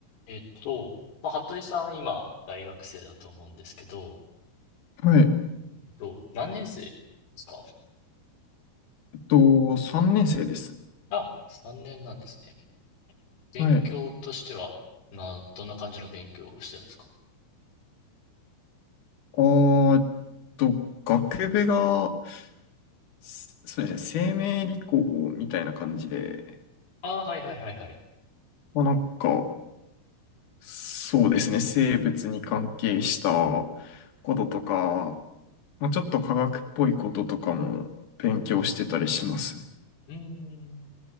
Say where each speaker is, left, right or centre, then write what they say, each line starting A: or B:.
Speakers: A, on the left; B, on the left.
A: えっと、まあ、服部さん、今、大学生だと思うんですけど、
B: はい。
A: えっと、何年生ですか
B: えっと、3年生です。
A: あ、3年なんですね。勉強としては、
B: はい。
A: な、どんな感じの勉強をしてるんですか
B: あーえっと、学部が、すそうですね、生命理工みたいな感じで、
A: ああー、はいはいはいはい。
B: まあなんか、そうですね、生物に関係したこととか、まあちょっと科学っぽいこととかも勉強してたりしますね。
A: うーん、